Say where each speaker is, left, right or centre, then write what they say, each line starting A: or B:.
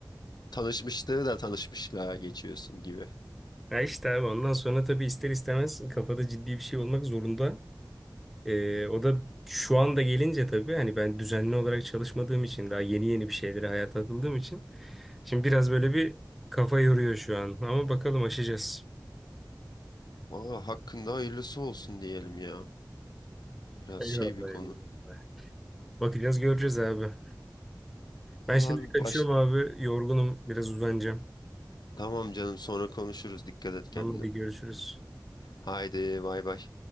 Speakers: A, on the left (about 70°); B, in the centre.
A: tanışmışlığı da tanışmışlığa geçiyorsun gibi.
B: Ya işte abi ondan sonra tabii ister istemez kafada ciddi bir şey olmak zorunda. Ee, o da şu anda gelince tabii hani ben düzenli olarak çalışmadığım için daha yeni yeni bir şeylere hayata atıldığım için şimdi biraz böyle bir kafa yoruyor şu an ama bakalım aşacağız.
A: Valla hakkında hayırlısı olsun diyelim ya. Biraz
B: Eyvallah
A: şey bir konu.
B: eyvallah. Bakacağız göreceğiz abi. Ben
A: Valla
B: şimdi
A: bir
B: kaçıyorum
A: baş...
B: abi yorgunum biraz uzanacağım.
A: Tamam canım sonra konuşuruz dikkat et kendine.
B: Tamam hadi görüşürüz.
A: Haydi bay bay.